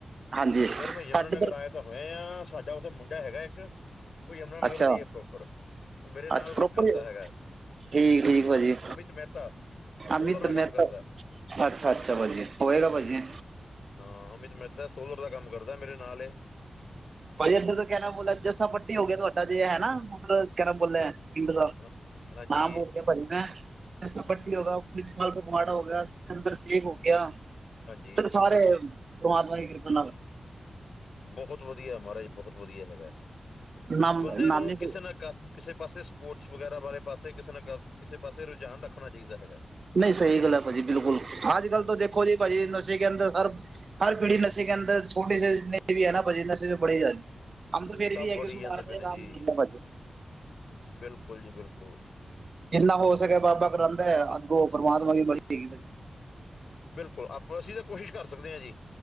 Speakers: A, on the right; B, on the left.
A: ਹਾਂਜੀ
B: ਸਰ ਮੈਂ ਯਮੁਨਾਨਗਰ
A: ਸਾਡੇ ਇਧਰ
B: ਆਏਆਂ ਤਾਂ ਹੋਇਆ ਹਾਂ ਸਾਡਾ ਓਥੇ ਮੁੰਡਾ ਹੈਗਾ ਇੱਕ ਓ ਯਮੁਨਾਨਗਰ
A: ਅੱਛਾ
B: ਦਾ ਈ ਐ ਪ੍ਰੋਪਰ। ਉਹ ਮੇਰੇ ਨਾਲ
A: ਅੱਛਾ
B: ਵਰਕ
A: ਪ੍ਰੋਪਰ,
B: ਕਰਦਾ ਹੈਗਾ
A: ਠੀਕ-ਠੀਕ ਭਾਜੀ।
B: ਅਮਿਤ ਮਹਿਤਾ
A: ਅਮਿਤ
B: ਸੋਲਰ ਦਾ ਕੰਮ
A: ਮੇ
B: ਕਰਦਾ
A: ਤੋ, ਅੱਛਾ-ਅੱਛਾ ਭਾਜੀ ਹੋਏਗਾ ਭਾਜੀ।
B: ਹਾਂ ਅਮਿਤ ਮੈਤਾ ਸੋਲਰ ਦਾ ਕੰਮ ਕਰਦਾ ਮੇਰੇ ਨਾਲ ਏ।
A: ਭਾਜੀ ਏਥੇ ਤਾਂ ਕੈਨਾ ਬੋਲੇ ਜੱਸਾ ਪੱਟੀ ਹੋ ਗੇਆ ਤੁਆਡਾ ਜੇ ਹੈ ਨਾ ਮਤਲਬ ਕੇ ਨਾਮ ਬੋਲੇਂ ਪਿੰਗਲਾ,
B: ਹਾਂ- ਹਾਂਜੀ
A: ਨਾਮ <unintelligible> ਜੱਸਾ
B: ਹੂੰ
A: ਪੱਟੀ ਹੋਗਾ। ਤਾਲ ਫਗਵਾੜਾ ਹੋ ਗਿਆ ਸੰਦਰ ਸੇਬ ਹੋ ਗਿਆ,
B: ਹਾਂਜੀ
A: ਅੰਦਰ ਸਾਰੇ ਪਰਮਾਤਮਾ ਦੀ ਕਿਰਪਾ ਨਾਲ
B: ਬਹੋਤ ਵਦੀਆ ਹੈਗਾ ਮਾਰਾਜ ਬਹੋਤ ਵਦੀਆ ਹੈਗਾ,
A: ਨਾਮ
B: ਬੰਦੇ
A: ਨਾਮੀ
B: ਨੂੰ ਕਿਸੇ ਨਾ ਕਸ਼ਟ ਕਿਸੇ ਪਾਸੇ ਸਪੋਟਸ ਵਗੈਰਾ ਵਾਲੇ ਪਾਸੇ ਕਿਸੇ ਨਾ ਕਿਸੇ ਪਾਸੇ ਰੁਝਾਨ ਰੱਖਨਾ ਚਾਈਦਾ ਹੈਗਾ।
A: ਨਈਂ ਸਈ ਗੱਲ ਐ ਭਾਜੀ ਬਿਲਕੁਲ ਅੱਜ-ਕੱਲ
B: ਹੂੰ
A: ਤਾਂ ਦੇਖੋ ਜੀ ਭਾਜੀ ਨਸ਼ੇ ਕੇ ਅੰਦਰ ਹਰ ਪੀੜੀ ਨਸ਼ੇ ਕੇ ਅੰਦਰ ਛੋਟੇ ਸੇ ਜਿਤਨੇ ਬੀ ਐ ਨਾ ਨਸੇ ਮੇ ਪੜੇ ਜਾ ਰਏਂ ਹਮ ਤੋ ਫੇਰ
B: ਸਭ
A: ਵੀ ਐ
B: ਬੜੀ
A: ਕੇ ਸੁਧਾਰ
B: ਜਾਂਦੇ ਪਏ
A: ਨੇ ਕਾਮ
B: ਜੀ
A: ਕਰ ਰਏ ਆ ਭਾਜੀ।
B: ਬਿਲਕੁਲ ਜੀ ਬਿਲਕੁਲ।
A: ਜਿਤਨਾ ਹੋ ਸਕੇ ਬਾਬਾ ਕਰੋਂਦਾ ਏ ਅੱਗੋਂ ਪਰਮਾਤਮਾ ਕੀ ਮਰਜੀ ਹੈਗੀ ਭਾਜੀ।
B: ਬਿਲਕੁਲ ਆਪਾਂ ਅਸੀਂ ਤਾਂ ਕੋਸ਼ਿਸ਼ ਕਰ ਸਕਦੇ ਆਂ ਜੀ।